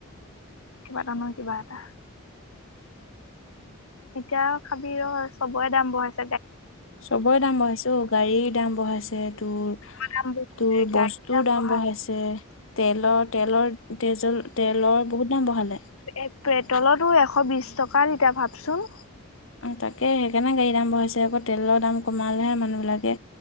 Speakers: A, on the left (about 75°); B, on the left (about 65°).
A: কিবা এটা নহয়, কিবা এটা। এতিয়া খাবি ৰ চবৰে দাম বঢ়াইছ
B: চবৰে দাম বঢ়াইছে অ' গাড়ীৰ দাম বঢ়াইছে, তোৰ
A: দাম বঢ়াইছে
B: তোৰ
A: গাড়ীৰ
B: বস্তু তোৰ দাম
A: বঢ়ালে
B: বঢ়াইছে, তেলৰ-তেলৰ তেজল তেলৰ বহুত দাম বঢ়ালে।
A: <unintelligible> এশ বিশ টকা লিটাৰ ভাৱচোন?
B: উম, তাকে সেইকাৰণে গাড়ীৰ দাম বঢ়াইছে আকৌ তেলৰ দাম কমালেহে মানুহবিলাকে